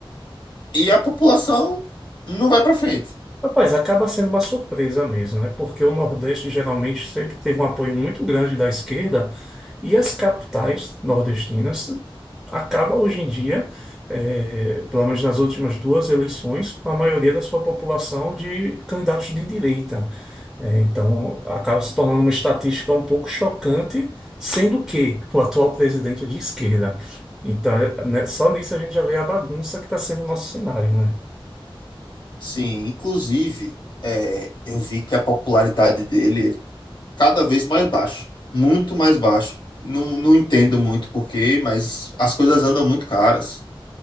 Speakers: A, on the left; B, in the centre.
A: e a população não vai para frente.
B: Rapaz, acaba sendo uma surpresa mesmo, né? Porque o Nordeste geralmente sempre teve um apoio muito grande da esquerda e as capitais nordestinas acabam hoje em dia, eh, pelo menos nas últimas duas eleições, com a maioria da sua população de candidatos de direita. Eh, então, acaba se tornando uma estatística um pouco chocante, sendo que o atual presidente é de esquerda. Então, eh, né, só nisso a gente já vê a bagunça que está sendo o nosso cenário, né?
A: Sim, inclusive, é, eu vi que a popularidade dele ele, cada vez mais baixa, muito mais baixa. Não, não entendo muito porquê, mas as coisas andam muito caras.